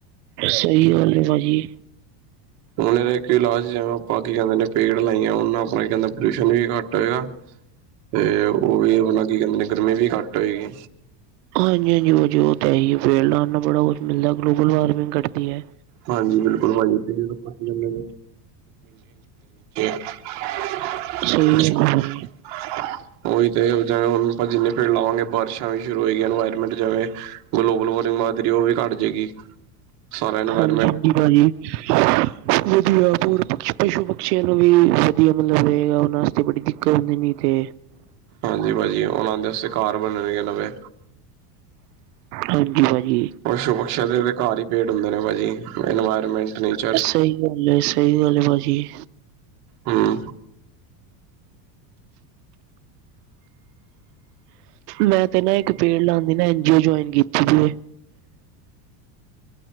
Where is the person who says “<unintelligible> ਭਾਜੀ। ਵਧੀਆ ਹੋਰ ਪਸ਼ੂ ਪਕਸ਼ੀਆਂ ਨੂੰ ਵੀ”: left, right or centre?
Right